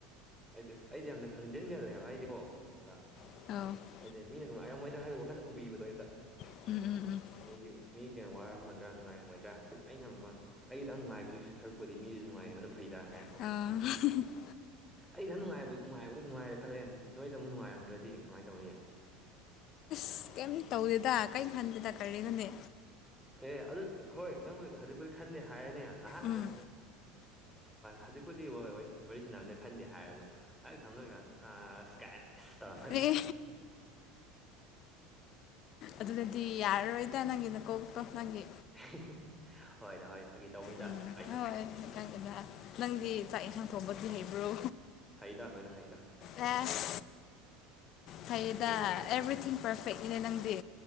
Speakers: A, in the centre; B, on the left.
A: ꯑꯩꯗꯤ ꯑꯩꯗꯤ ꯌꯥꯝꯅ ꯈꯪꯖꯤꯟꯒꯜꯂꯦ ꯍꯥꯏꯕ ꯑꯩꯗꯤ ꯀꯣ ꯑ
B: <unintelligible>
A: ꯍꯥꯏꯗꯤ ꯃꯤꯅ ꯅꯨꯡꯉꯥꯏꯔꯝꯃꯣꯏꯗ꯭ꯔꯥ ꯍꯥꯏꯕꯩ ꯋꯥꯈꯜꯗ ꯎꯕꯤꯕꯗꯣ ꯍꯦꯛꯇ
B: ꯎꯝ ꯎꯝ ꯎꯝ
A: ꯃꯤꯒꯤꯕꯨ ꯃꯤꯒꯤ ꯋꯥꯔꯝꯃꯗ꯭ꯔꯥ ꯅꯨꯡꯉꯥꯏꯔꯝꯃꯣꯏꯗ꯭ꯔꯥ ꯑꯩꯅ ꯑꯃꯨꯛꯀ ꯑꯩꯒꯤꯇꯪ ꯅꯨꯡꯉꯥꯏꯕꯗꯨꯏ ꯁꯔꯨꯛꯄꯨꯗꯤ ꯃꯤꯁꯨꯅꯨꯡꯉꯥꯏꯕꯅ ꯐꯩ ꯗ ꯒꯥꯏ
B: ꯑ <unintelligible>
A: ꯑꯩ ꯊꯟ ꯅꯨꯡꯉꯥꯏꯕ ꯅꯨꯡꯉꯥꯏꯕꯅ ꯅꯨꯡꯉꯥꯏꯔꯦ ꯈꯜꯂꯦ ꯅꯣꯏꯗ ꯃꯨꯛ ꯅꯨꯡꯉꯥꯏꯔꯝꯗ꯭ꯔꯗꯤ ꯀꯃꯥꯏ ꯇꯧꯅꯤ
B: ꯑꯁ ꯀꯩꯝ ꯇꯧꯗꯦꯗ ꯀꯩꯌꯤꯝ ꯈꯟꯗꯦꯗ ꯀꯔꯤꯅꯣꯅꯦ
A: ꯑꯦ ꯑꯗꯨ ꯍꯣꯏ ꯅꯪ ꯍꯧ ꯍꯧꯖꯤꯛꯄꯨꯗꯤ ꯈꯟꯗꯦ ꯍꯥꯏꯔꯦꯅꯦ ꯑꯍꯥꯟꯕꯗ
B: ꯎꯝ
A: ꯍꯧꯖꯤꯛꯄꯨꯗꯤ ꯍꯣꯏ ꯍꯣꯏ ꯋꯥꯔꯤ ꯁꯥꯟꯅꯕꯅ ꯈꯟꯗꯦ ꯍꯥꯏꯔꯁꯨ ꯑꯩ ꯊꯝꯅꯔꯒꯥꯟ ꯑꯥꯁ ꯀꯥꯏꯅ ꯏꯁ ꯇꯧꯔꯗꯤ
B: ꯑꯦ ꯑꯗꯨꯅꯗꯤ ꯌꯥꯔꯔꯣꯏꯗ ꯅꯪꯒꯤ ꯅꯀꯣꯛꯇꯣ ꯅꯪꯒꯤ
A: <unintelligible> ꯍꯣꯏꯗ ꯍꯣꯏ ꯐꯥꯒꯤ ꯇꯧꯕꯅꯤꯗ
B: ꯎꯝ
A: ꯑꯩꯁꯨ
B: ꯍꯣꯏ ꯀꯥꯢꯗꯦꯗ ꯅꯪꯗꯤ ꯆꯥꯛ ꯏꯟꯁꯥꯡ ꯊꯣꯡꯕꯗꯤ ꯍꯩꯕ꯭ꯔꯣ
A: ꯍꯩꯗ ꯂꯣꯏꯅꯥ ꯍꯩꯗꯥ
B: ꯍꯦꯁ ꯐꯩꯌꯦꯗ
A: ꯀꯩꯅꯣ ꯆꯥꯏ
B: ꯑꯦꯚ꯭ꯔꯤꯊꯤꯡ ꯄꯔꯐꯦꯛ ꯅꯤꯅꯦ ꯅꯪꯗꯤ